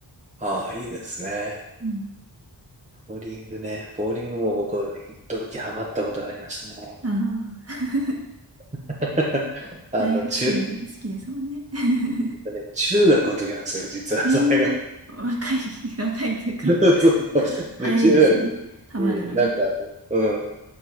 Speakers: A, on the right (about 15°); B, on the right (about 35°).
A: ああ、いいですね。
B: うん。
A: ボーリングね。ボーリングも僕、一時ハマったことがありましたね。
B: ああ、
A: <laughs> あの、
B: 大学生好きですもんね。
A: 中、
B: <laughs>
A: ね中学の時なんですよ、実はそれが。
B: えー、<laughs> 若い、<laughs> 若いというか、
A: <laughs> そうそうそうで、
B: 早いですね。
A: 中学の時に、
B: ハマるのが。
A: なんかあの、うん